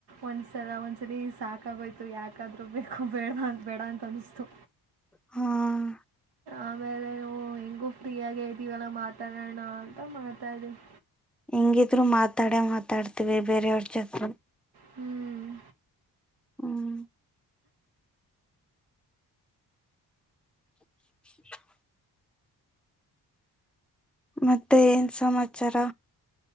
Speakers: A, on the right; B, in the centre.
A: ಒನ್ <unintelligible> ಒಂದ್ಸರಿ ಸಾಕಾಗೋಯ್ತು ಯಾಕಾದ್ೂ ಬೇಕು ಬೇಡ ಅ ಬೇಡ ಅಂತ ಅನಿಸ್ತು.
B: ಹ್ಮ
A: ಆಮೇಲೆ ನಾವು ಹೆಿಂಗೂ ಫ್ರೀಯಗ ಇದ್ದೀವಲ್ಲ ಮಾತಾಡೋಣ ಅಂತ ಮಾಡ್ತಾ್ದೀವಿ.
B: ಹಿಂಗಿದ್ರು ಮಾತಾಡ ಮಾತಾಡ್ತಿೀವಿ ಬೇರೆಯವ್ರ ಜೊತೆ <unintelligible>
A: ಹ್ಮ್
B: ಹ್ಮ್ <inaudible> ಮತ್ತೆ ಏನ್ ಸಮಾಚಾರ.